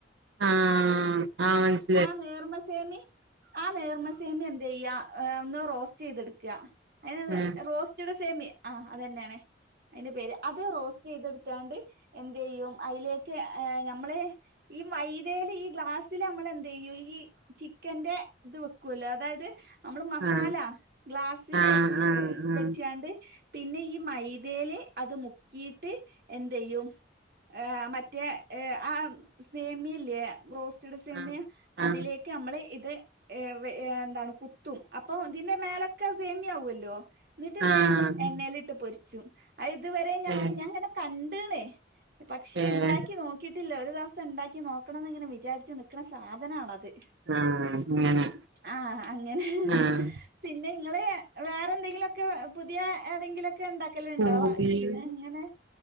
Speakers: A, on the right; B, on the right.
A: ആഹ് ആഹ് മെൻസ്
B: ആഹ് നേർമസേമി ആഹ് നേർമസേമി എ ന്തെയ്യാ ഏഹ് ഒന്ന് റോസ്റ്റ് ചെയ്തെടുക്കാ അഹ്
A: ആഹ്
B: റോസ്റ്റ്ഡ് സേമി. ആഹ് അതന്നേണ് അയ്ന്റെ പേര്. അത് റോസ് റ്റ് ചെയ്ത്ട്ത്താണ്ട് എന്തെയ്യും അയ്ലേക്ക് ഏഹ് ഞമ്മള് ഈ മൈതേല് ഈ ഗ്ലാസ്സില് നമ്മളെ ന്തെയ്യു ഈ ചിക്കന്റെ ഇത് വിക്കുവല്ലോ. അതായത് നമ്മള് മസാല
A: ആഹ്
B: ഗ്ലാസ്സില്
A: ആഹ് ആഹ്
B: വെച്ചാണ്ട് പിന്നെ ഈ മൈദയിലെ അത് മുക്കിയിട്ട് എന്തയ്യും ആഹ് മറ്റേ ഏഹ് ആഹ് സേമിയല്ലേ റോസ്റ്റഡ് സേമിയ
A: ആഹ്
B: അതിലേക്ക്
A: ആഹ്
B: നമ്മള് ഇത് ഏഹ് എന്താണ് കുത്തും അപ്പൊ ഇതിന്റെ മേലൊക്കെ സേമിയവല്ലോ ന്നിട്ട് ഇതേ
A: ആഹ് ആഹ്
B: എണ്ണയിലിട്ട് പൊരിച്ചും അഹ് ഇതുവരെ ഞാൻ
A: ഏഹ്
B: ഞാൻങ്ങനെ കണ്ട്ണ് പക്ഷെ
A: ഏഹ്
B: ഉണ്ടാക്കി നോക്കിയിട്ടില്ല ഒരു ദിവസം ഉണ്ടാക്കി നോക്കണംന്ന് ഇങ്ങനെ വിചാരിച്ച് നിക്ണ സ സാധനനാണത്
A: ആഹ് അങ്ങനെ
B: ആഹ് അങ്ങനെ
A: ആഹ്
B: പിന്നെ ങ്ങള് വേറെ എന്തെങ്കിലു ക്ക് പുതിയ ഏതെങ്കിലുംക്കെ ഉണ്ടാക്കലുണ്ടോ
A: ഹോബീസ്
B: അങ്ങനെ